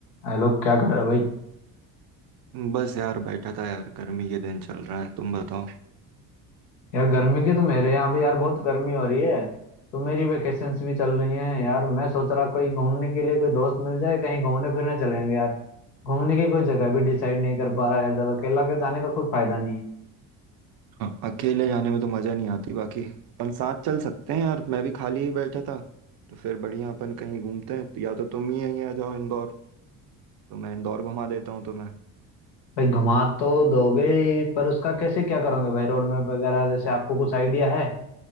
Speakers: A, on the left; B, on the right.
A: अरे लोग क्या कर रहे हैं भाई
B: बस यार बैठा था यार गर्मी के दिन चल रहा है तुम बताओ
A: यार गर्मी की तो मेरे यहाँ भी यार बहुत गर्मी हो रही है तो मेरी वेकेशंस भी चल रही हैं यार मैं सोच रहा कोई घूमने के लिए कोई दोस्त मिल जाए कहीं घूमने फिरने चलेंगे यार घूमने की कोई जगह भी डिसाइड नहीं कर पा रहा यार जब अकेला के जाने का कोई फायदा नहीं है
B: हाँ, अकेले जाने में तो मजा नहीं आती बाकी अपन साथ चल सकते हैं यार मैं भी खाली ही बैठा था तो फिर बढ़िया अपन कहीं घूमते हैं या तो तुम ही यहीं आ जाओ इंदौर तो मैं इंदौर घुमा देता हूँ तुम्हें
A: भाई घुमा तो दोगे ही, पर उसका कैसे क्या करोगे भाई रोड मैप वगैरह जैसे आपको कुछ आइडिया है